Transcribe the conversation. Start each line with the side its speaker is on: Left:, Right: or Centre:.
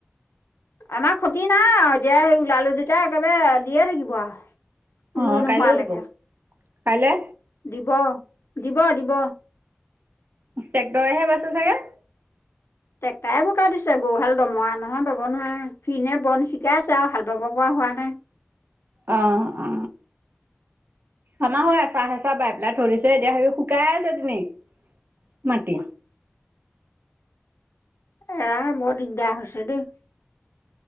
Left: আমাৰ ষতি নাই আৰু এতিয়া সেই ওলালো যেতিয়া একেবাৰে দিয়ে থাকিব আৰু।
Right: অ'
Left: ৰুই নোহোৱালৈকে
Right: কাইলৈও দিব কাইলৈ।
Left: দিব, দিব দিব।
Right: ট্ৰেক্টৰেহে বাইছে চাগে।
Left: ট্ৰেক্টৰে বোকা দিছে গৰুহাল দমৰা নহয় বাব নোৱাৰে ফিনে বন চিকাই আছে আৰু হাল বাব পৰা হোৱা নাই।
Right: অ অ। আমাৰ হৈ আছা হে চা বাই পেলাই ধৰিছ এতিয়া সাবি শুকাই আছে তেনি মাতি।
Left: এৰা বৰ দিগদাৰ হৈছে দেই।